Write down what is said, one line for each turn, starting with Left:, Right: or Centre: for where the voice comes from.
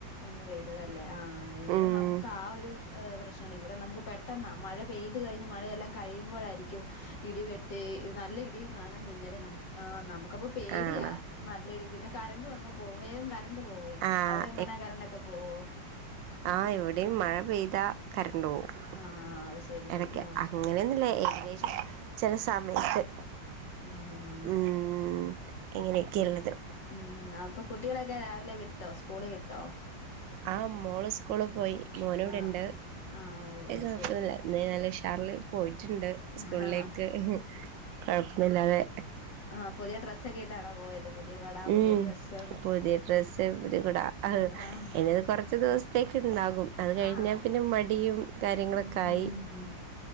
Left: ഒന്ന് പെയ്തതല്ലേ ആ ഇവിടെ
Right: ഉം
Left: നമുക്ക് ആ ഒര് പ്രശ്നണ്ട് ഇവടെ നമക്ക് പെട്ടെന്നാ മഴ പെയ്ത് കഴിഞ്ഞ് മഴയെല്ലാം കഴിയുമ്പോഴായിരിക്കും ഇടിവെട്ടി നല്ല ഇടിയും കാണും മിന്നലും കാണും ആ നമുക്കപ്പൊ പേടിയാ
Right: ആണോ
Left: നല്ല ഇടി പിന്നെ കരണ്ടു അങ്ങ് പോകും വേഗം കരണ്ട് പോവേ
Right: ആഹ്
Left: അവിടെ എങ്ങനാ കരണ്ടൊക്കെ പോവോ
Right: ആ ഇവിടെയും മഴപെയ്ത കരന്റ് പോകും
Left: ആഹ് ശരി
Right: എടക്ക്
Left: ശരി ആഹ്
Right: അങ്ങനെയൊന്നുല്ല ഏകദേശം ചില സമയത്ത്
Left: ഉം
Right: ഉം ഇങ്ങനെക്കെള്ളത്
Left: ഉം അപ്പൊ കുട്ടികളൊക്കെ രാവിലെ വിട്ടോ സ്കൂള് വിട്ടോ
Right: ആ മോള് സ്കൂള് പോയി മോന് ഇവടെണ്ട്
Left: ആഹ് ആഹ്
Right: കൊഴപ്പൊന്നുല്ല
Left: ഓ ശരി
Right: ഇന്ന് നല്ല ഉഷാർല് പോയിട്ട്ണ്ട് സ്കൂൾലേക്ക്
Left: ആഹ്
Right: കൊഴപ്പൊന്നുല്ലാതെ
Left: ആ പുതിയ ഡ്രസ്ക്കെട്ടാണോ പോയത് പുതിയ കൊട ആ പുതിയ
Right: ഉം
Left: ഡ്രസ്സ്‌
Right: പുതിയ ഡ്രസ്സ് പുതിയ കുടാ
Left: ആഹ്
Right: ഇനിത് കൊർച്ച് ദിവസത്തേക്ക്ണ്ടാകും അത് കഴിഞ്ഞാ
Left: ആഹ്
Right: പിന്നെ മടിയും കാര്യങ്ങളൊക്കായി
Left: ഉം